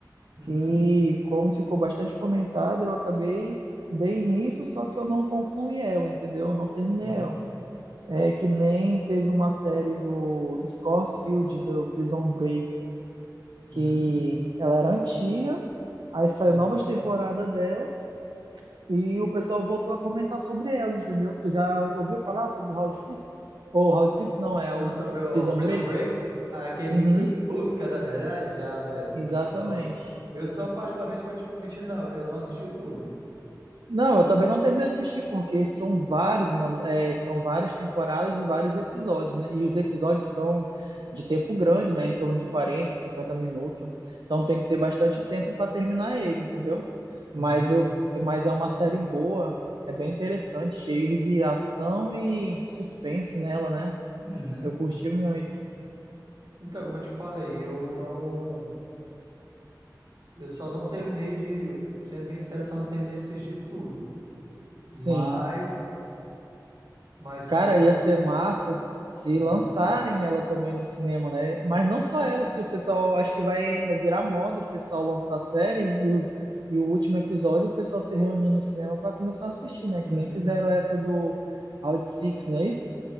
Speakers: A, on the right; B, on the right.
A: Uhum,
B: E como ficou bastante comentada, eu acabei dei início, só que eu não concluí ela, entendeu? Eu não terminei
A: uhum,
B: ela. É que nem teve uma série do Scofield do Prison Break que
A: uhum,
B: ela era antiga, aí saiu
A: entendi.
B: novas temporadas dela e o pessoal voltou a comentar sobre ela, entendeu? Tu já ouviu falar sobre o Round Six Ou Round Six não, é
A: Não,
B: o
A: sobre o
B: Prison
A: Prison
B: Break?
A: Break, aquele
B: Uhum,
A: Em Busca da Verdade, já, velho,
B: exatamente.
A: muito top. Eu só particularmente vou te mentir, não, eu não assisti tudo.
B: Não, eu também não terminei de assistir, porque são vários, mano, é, são várias temporadas e vários episódios, né? E os episódios são de tempo grande, né? Em torno de 40, 50 minutos. Então tem que ter bastante tempo para terminar ele, entendeu? Mas
A: Uhum,
B: eu, mas é uma série boa, é bem interessante, cheio de ação e suspense nela, né?
A: uhum.
B: Eu curti muito.
A: Então, como eu te falei, eu não, eu só não terminei de, sendo bem sério, só não terminei de assistir tudo. Mas,
B: Sim.
A: mas
B: Cara,
A: como é que eu posso?
B: ia ser massa se
A: Hum,
B: lançarem ela também no cinema, né? Mas não só ela, se o pessoal acho que vai, vai virar moda o pessoal lançar a série e, os, e o último episódio o pessoal se reunir no cinema para começar a assistir, né?
A: Uhum.
B: Que nem fizeram essa do Round Six, não é isso?